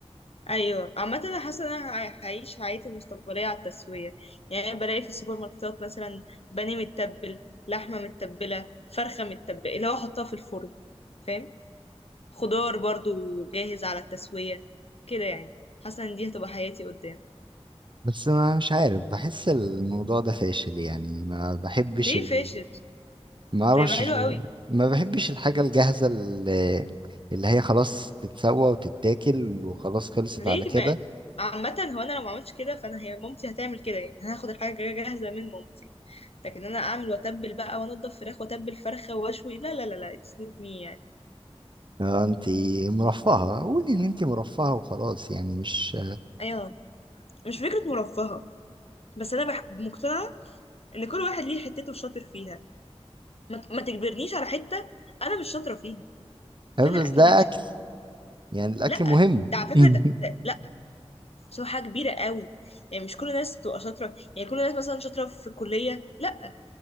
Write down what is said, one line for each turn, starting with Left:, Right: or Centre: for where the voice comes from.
Left: ايوه عامه انا حاسه ان انا هع- هعيش حياتي المستقبليه على التسويه يعني أنا بلاقي في السوبر ماركتات مثلا بانيه متبل لحمه متبله فرخه متبله اللي هو احطها في الفرن فاهم خضار برضو جاهز على التسويه كده يعني حاسه ان دي هتبقى حياتي قدام
Right: بس ما مش عارف بحس الموضوع ده فاشل يعني ما بحبش
Left: ليه
Right: ال...
Left: فاشل
Right: ما اعرفش
Left: ده يبقى حلو قوي
Right: ما بحبش الحاجة الجاهزة اللي, اللي هي خلاص تتسوى وتتاكل وخلاص خلصت
Left: ليه
Right: على كده
Left: ما عامة هو انا لو ما عملتش كده فانا هي مامتي هتعمل كده يعني انا هاخد الحاجة جا- جاهزة من مامتي لكن انا اعمل واتبل بقى وانضف فراخ واتبل فرخة واشوي لا لا لا لا اتس نوت مي يعني
Right: آه، انتي مرفهة قولي ان انتي مرفهة وخلاص يعني مش
Left: ايوه مش فكرة مرفهة بس انا بح... مقتنعة ان كل واحد ليه حتته شاطر فيها ما... ت- ما تجبرنيش على حتة انا مش شاطرة فيها
Right: آه،
Left: فانا
Right: بس
Left: الاكل
Right: ده
Left: دي مش
Right: اكل
Left: حتة
Right: يعني الاكل
Left: لا
Right: مهم
Left: ده على فكرة
Right: <laughs>
Left: ده... ده... لا بس هو حاجة كبيرة قوي يعني مش كل الناس بتبقى شاطرة يعني كل الناس مثلا شاطرة في الكلية لا